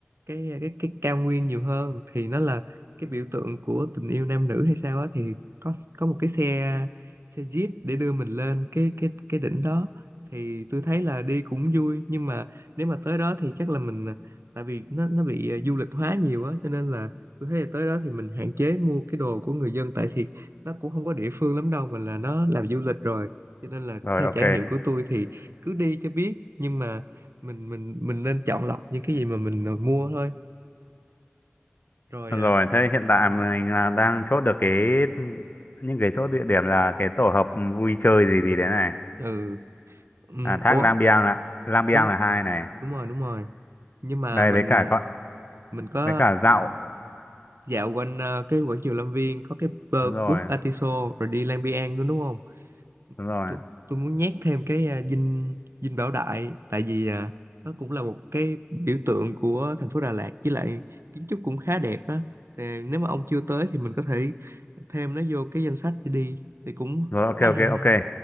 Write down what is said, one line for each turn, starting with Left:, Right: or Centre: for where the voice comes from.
Right: cái cái cái cao nguyên nhiều hơn thì nó là cái biểu tượng của tình yêu nam nữ hay sao á thì có có một cái xe xe jeep để đưa mình lên cái cái cái đỉnh đó thì tôi thấy là đi cũng vui nhưng mà nếu mà tới đó thì chắc là mình tại vì nó nó bị à, du lịch hóa nhiều á cho nên là tôi thấy là tới đó thì mình hạn chế mua cái đồ của người dân tại thì nó cũng không có địa phương lắm đâu mà là nó làm du lịch rồi cho nên là
Left: rồi
Right: theo
Left: ok
Right: trải nghiệm của tôi thì cứ đi cho biết nhưng mà mình mình mình nên chọn lọc những cái gì mà mình à, mua thôi rồi
Left: rồi
Right: à,
Left: thế hiện tại mình là đang chốt được cái những cái chỗ địa điểm là cái tổ hợp vui chơi gì gì đấy này
Right: ừ ừm,
Left: à, thác
Right: ủa
Left: Lang Biang ạ Lang Biang
Right: đúng
Left: là hai này
Right: đúng rồi đúng rồi nhưng mà
Left: đây
Right: mình
Left: với cả
Right: à,
Left: con
Right: mình có
Left: với cả dạo
Right: dạo quanh à, cái quảng trường Lâm Viên có cái bờ-
Left: đúng rồi
Right: búp Atiso rồi đi Lang Biang nữa đúng không
Left: đúng rồi
Right: tôi tôi muốn nhét thêm cái à, dinh dinh Bảo Đại tại vì à, nó cũng là một cái biểu tượng của thành phố Đà Lạt với lại kiến trúc cũng khá đẹp á thì nếu mà ông chưa tới thì mình có thể thêm nó vô cái danh sách để đi thì cũng
Left: rồi ok
Right: khá
Left: ok
Right: là hay ho
Left: ok